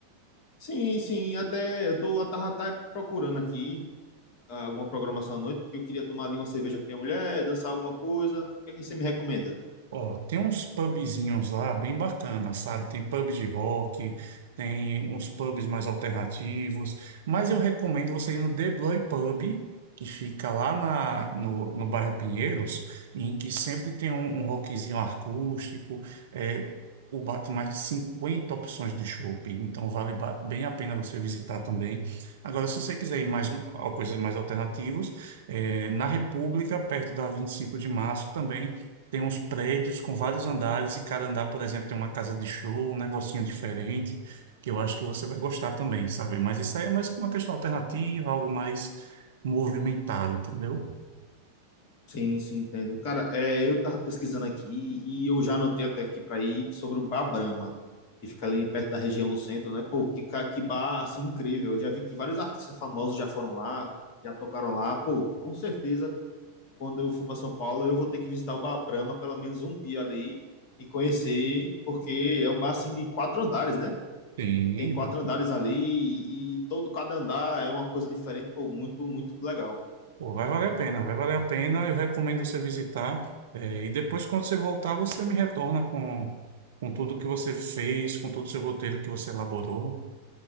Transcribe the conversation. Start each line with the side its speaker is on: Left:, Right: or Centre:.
Left: Sim, sim, até eu tô eu tava até procurando aqui alguma programação à noite, porque eu queria tomar ali uma cerveja com minha mulher, dançar alguma coisa. O que é que você me recomenda?
Right: Ó, tem uns pubzinhos lá bem bacanas, sabe? Tem pub de rock, tem uns pubs mais alternativos, mas eu recomendo você ir no The Bloy Pub, que fica lá na, no, no bairro Pinheiros, em que sempre tem um, um rockzinho acústico, é, o bar tem mais de 50 opções de chopp, então vale ba- bem a pena você visitar também. Agora, se você quiser ir mais a coisas mais alternativas, é, na República, perto da 25 de março também, tem uns prédios com vários andares e cada andar, por exemplo, tem uma casa de show, um negocinho diferente, que eu acho que você vai gostar também, sabe? Mas isso aí é mais uma questão alternativa, algo mais movimentado, entendeu?
Left: Sim, sim, entendo. Cara, é, eu tava pesquisando aqui e eu já anotei até aqui para ir sobre o Bar Brahma, que fica ali perto da região do centro, né? Pô, que, ca- que bar, assim, incrível. Eu já vi que vários artistas famosos já foram lá, já tocaram lá. Pô, com certeza, quando eu for para São Paulo, eu vou ter que visitar o Bar Brahma pelo menos um dia ali e conhecer, porque é um bar, assim, de quatro andares, né?
Right: Sim,
Left: tem quatro
Right: exato.
Left: andares ali e, e todo cada andar é uma coisa diferente, pô, muito, muito legal.
Right: Pô, vai valer a pena, vai valer a pena. Eu recomendo você visitar. é, e depois, quando você voltar, você me retorna com, com tudo que você fez, com todo o seu roteiro que você elaborou.